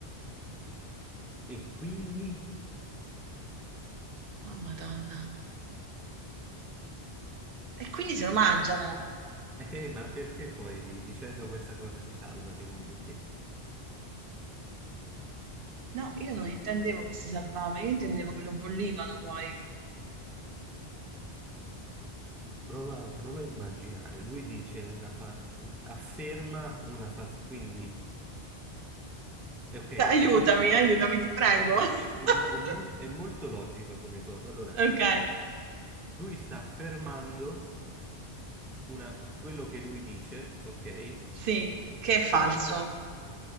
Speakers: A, in the centre; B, on the right (about 60°).
A: E quindi?
B: Oh, Madonna. E quindi se lo mangiano.
A: <laughs> Eh, ma perché poi dicendo questa cosa si salva, secondo te?
B: No, io non intendevo che si salvava, io intendevo che lo bollivano poi.
A: Prova, prova a immaginare, lui dice una fa- afferma una falsità, quindi, eh, ok,
B: Aiutami,
A: è molto logico.
B: aiutami, ti prego.
A: Ok, è,
B: <laughs>
A: è mo- è mol- è molto logica come cosa. Allora,
B: Ok,
A: lui sta affermando una- quello che lui dice, ok?
B: sì, che è falso.
A: Prova a, imma-